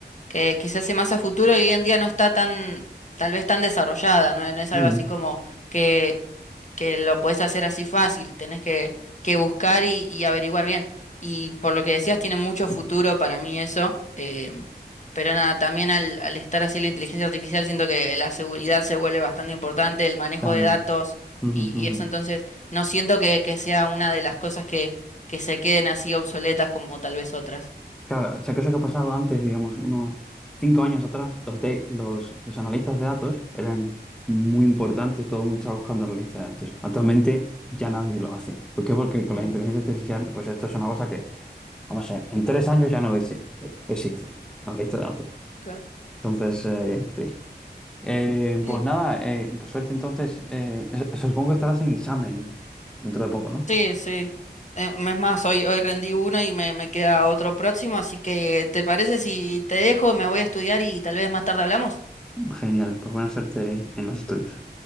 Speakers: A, on the left; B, in the centre.
A: que quizás es más a futuro y hoy en día no está tan, tal vez tan desarrollada, no, No es algo
B: Mm,
A: así como que, que lo puedes hacer así fácil, tenés que, que buscar y, y averiguar bien. Y por lo que decías, tiene mucho futuro para mí eso, em, pero nada, también al, al estar así la inteligencia artificial, siento que la seguridad se vuelve bastante importante, el manejo
B: también.
A: de datos
B: Ujú,
A: y,
B: ujú.
A: y eso, entonces no siento que, que sea una de las cosas que, que se queden así obsoletas como tal vez otras.
B: Claro, o sea, que eso que ha pasado antes, digamos, unos cinco años atrás, los, de, los, los analistas de datos eran muy importantes, todo el mundo estaba buscando analistas de datos. Actualmente ya nadie lo hace. ¿Por qué? Porque con
A: Ujú,
B: la inteligencia artificial, pues esto es una cosa que, vamos a ver, en tres años ya no exi- eh, existe, analista de datos.
A: claro.
B: Entonces, eh, sí. Eh,
A: Sí,
B: pues nada, eh, pues suerte entonces. eh, s- supongo que estarás en examen dentro de poco, ¿no?
A: Sí, sí. Em, Es más, hoy, hoy rendí uno y me, me queda otro próximo, así que ¿te parece si te dejo, me voy a estudiar y tal vez más tarde hablamos?
B: Genial, pues buena suerte en los estudios.